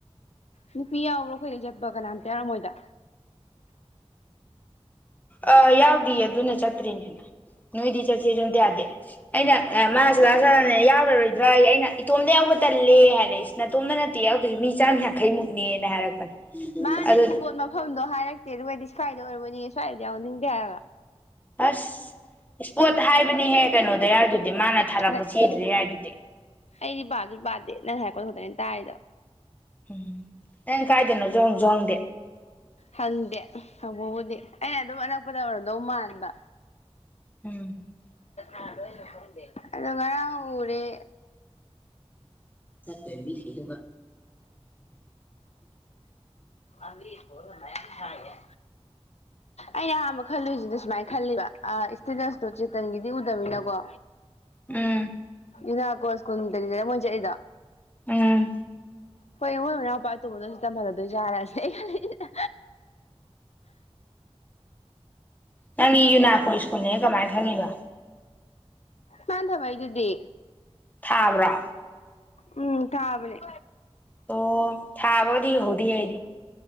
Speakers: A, on the left (about 80°); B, on the left (about 15°).
A: ꯅꯨꯄꯤ ꯌꯥꯎ꯭ꯔꯣ ꯑꯩꯈꯣꯏꯗ ꯆꯠꯄ ꯀꯅꯥꯝꯇ ꯌꯥꯔꯝꯃꯣꯏꯗ
B: ꯑ ꯌꯥꯎꯗꯦ ꯑꯗꯨꯅ ꯆꯠꯇ꯭ꯔꯤꯅꯦꯅ ꯅꯣꯏꯗꯤ ꯆꯠꯁ ꯁꯨꯝꯇ ꯌꯥꯗꯦ ꯑꯩꯅ ꯃꯥꯁꯨꯗꯅꯦ ꯌꯥꯎꯔꯔꯣꯏꯗ꯭ꯔꯥ ꯑꯩ ꯑꯩꯅ ꯏꯇꯣꯝꯗ ꯌꯥꯎꯕ ꯇꯜꯂꯦ ꯍꯥꯏꯔ ꯅꯅꯥꯇꯣꯝꯇ ꯅꯠꯇꯦ ꯌꯥꯎꯗꯣꯏꯁꯤꯦ ꯃꯤ ꯆꯥꯝ ꯌꯥꯡꯈꯩꯃꯨꯛꯅꯦꯅ ꯍꯥꯏꯔꯛꯄꯅꯦ
A: ꯃꯥꯅꯦ
B: ꯑꯗꯨ
A: ꯏꯁꯄꯣꯠ ꯃꯐꯝꯗꯣ ꯍꯥꯏꯔꯛꯦ ꯏ ꯑꯗꯨꯣꯏꯗꯤ ꯁ꯭ꯏꯗ ꯑꯣꯏꯔꯣꯅꯤꯅꯦ ꯁ꯭ꯋꯥꯏꯗ ꯌꯥꯎꯍꯅꯤꯡꯗꯦ ꯍꯥꯏꯕ
B: ꯑꯁ ꯄꯣꯠ ꯍꯥꯏꯕꯅꯤꯍꯦ ꯀꯩꯅꯣꯗ ꯌꯥꯔꯗꯨ ꯑꯗꯨꯗꯤ ꯃꯥꯅ ꯊꯥꯔꯛꯄ
A: ꯅ
B: ꯆꯗ꯭ꯔꯦ ꯍꯥꯏ ꯑꯗꯨꯗꯤ
A: ꯑꯩꯗꯤ ꯕꯥꯗꯨ ꯄꯥꯗꯦ ꯅꯪ ꯍꯥꯏꯔꯄꯣꯠ ꯈꯛꯇꯅꯦꯅ ꯇꯥꯔꯤꯗ
B: ꯎꯝ ꯅꯪ ꯀꯥꯏꯗꯅꯣꯁꯨ ꯍꯪꯁꯨ ꯍꯪꯗꯦ
A: ꯍꯪꯗꯦ ꯍꯪꯕꯕꯨꯗꯤ ꯑꯩꯅ ꯑꯗꯨꯝ ꯑꯅꯛꯄꯗ ꯑꯣꯏꯔꯗꯧ ꯃꯥꯟꯕ
B: ꯎꯝ
A: ꯑꯗꯨꯅ ꯐꯗꯦꯅ ꯑꯗꯣ ꯉꯔꯥꯡ ꯎꯔꯦ
B: ꯆꯠꯃꯤꯂ
A: ꯑꯕꯤ ꯍꯔꯅ ꯍꯥꯏ ꯌꯥ ꯑꯩꯅ ꯑꯍꯥꯟꯕ ꯈꯜꯂꯨꯏꯁꯤꯗ ꯁꯨꯃꯥꯏꯅ ꯈꯜꯂꯤꯕ ꯁꯤꯗꯁꯇꯣ ꯆꯦꯇꯟꯒꯤꯗꯤ ꯎꯗꯃꯤꯅꯤꯅꯀꯣ
B: ꯎꯝ
A: ꯏꯗ ꯀꯣꯁꯀ ꯃꯖꯥ ꯏꯗ
B: ꯎꯝ
A: ꯍꯣꯏ ꯏꯃꯣꯏ ꯃꯅꯥꯎꯄꯥ ꯇꯨꯕꯗꯁꯨ ꯇꯍꯂꯣꯏ ꯌꯥꯔꯑꯁꯤ ꯒ
B: ꯅꯪꯒꯤ ꯌꯨꯅꯥꯀꯣ ꯁ꯭ꯀꯨꯜꯅꯦ ꯀꯃꯥꯏꯅ ꯈꯪꯉꯤꯕ
A: ꯃꯥꯟ ꯊꯕ ꯍꯥꯏꯗꯨꯗꯤ
B: ꯊꯥꯕ꯭ꯔꯣ
A: ꯎꯝ ꯀꯥꯕꯂꯤꯦ
B: ꯑꯣ ꯊꯥꯕꯕꯨꯗꯤꯍꯧꯗꯤ ꯍꯥꯏꯗꯤ